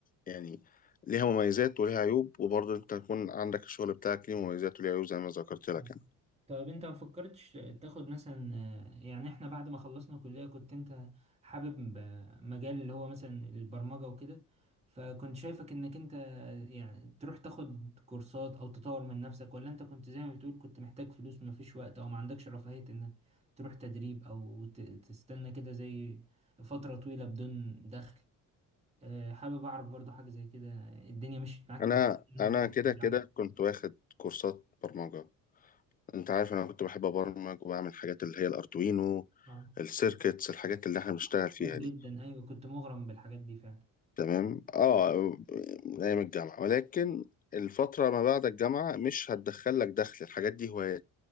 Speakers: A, on the left (about 25°); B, on the right (about 20°).
A: يعني ليها مميزات وليها عيوب وبرضه أنت تكون عندك الشغل بتاعك ليه مميزات وليه عيوب زي ما ذكرت لك
B: نعم. طيب انت ما فكرتش تاخد مثلا آه، يعني احنا بعد ما خلصنا كلية كنت انت حابب آه، مجال اللي هو مثلا البرمجة وكده فكنت شايفك انك انت آه، يعني تروح تاخد كورسات او تطور من نفسك ولا انت كنت زي ما بتقول كنت محتاج فلوس ما فيش وقت او ما عندكش رفاهية انك تروح تدريب او ت- تستنى كده زي فترة طويلة بدون دخل آه، حابب اعرف برضو حاجة زي كده الدنيا مشيت معاك
A: أنا
B: ازاي انا
A: أنا أنا
B: كنت
A: كده
B: بعيد عنها
A: كده كنت واخد كورسات برمجة أنت عارف أنا كنت بحب أبرمج وبعمل حاجات اللي هي الأردوينو
B: اه
A: السيركتس الحاجات اللي إحنا بنشتغل فيها
B: اه جدا
A: دي
B: ايوه كنت مغرم بالحاجات دي فعلا
A: تمام اه من ايام الجامعه ولكن الفتره ما بعد الجامعه مش هتدخل لك دخل الحاجات دي هوايات